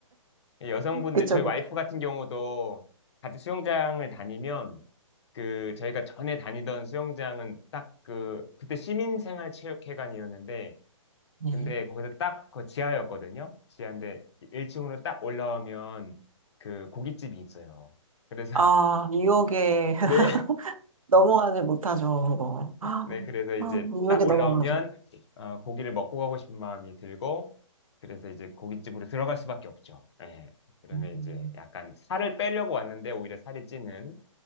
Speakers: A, on the left (about 55°); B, on the right (about 85°).
A: 여성분들
B: <laughs> 그쵸,
A: 저희
B: 그쵸.
A: 와이프 같은 경우도 같은 수영장을 다니면 그 저희가 전에 다니던 수영장은 딱 그 그때 시민생활체육회관이었는데
B: 네.
A: 근데 거기서 딱 그 지하였거든요. 지하인데 1층으로 딱 올라오면 그 고깃집이 있어요. 그래서
B: 아,
A: <laughs>
B: 뉴욕에 <laughs>
A: 네,
B: 넘어가지 못하죠, 그거. 아,
A: 네, 그래서 이제
B: 아, 유혹에
A: 딱 올라오면
B: 넘어가죠.
A: 어, 고기를 먹고 가고 싶은 마음이 들고 그래서 이제 고깃집으로 들어갈 수밖에 없죠. 예. 그러면
B: 음,
A: 이제 약간 살을 빼려고 왔는데 오히려 살이 찌는